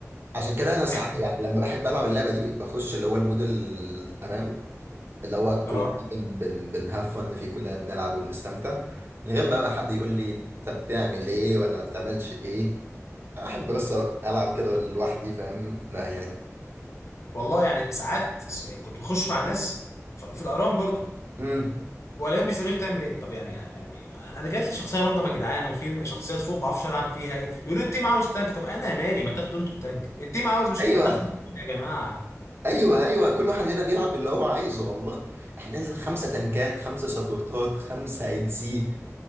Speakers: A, on the right (about 45°); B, on the left (about 60°).
A: عشان كده انا سع...
B: احنا
A: يعني لما بحب العب اللعبه دي بخش اللي هو المود الامام اللي هو كلنا
B: <laughs> اه
A: بن بن بنهفن فيه كلنا بنلعب وبنستمتع من غير بقى حد يقول لي انت بتعمل ايه ولا بتعملش ايه احب بس العب كده لوحدي فاهم لا يعني
B: والله يعني ساعات س- كنت بخش مع ناس ف- في الارام برضو
A: امم
B: والاقيهم بيسالوني بتعمل ايه طب يعني يعني انا جات لي شخصيه راندم يا جدعان وفي شخصيات فوق ما بعرفش العب فيها ايه يقولوا لي التيم عاوز تانك طب انا مالي ما تاخدوا انتوا التانك التيم عاوز مش
A: ايوه
B: ما تاخدوا يا جماعه
A: ايوه ايوه كل واحد هنا بيلعب باللي هو عايزه والله احنا ننزل خمسه تنكات خمسه سبورتات خمسه اي دي سي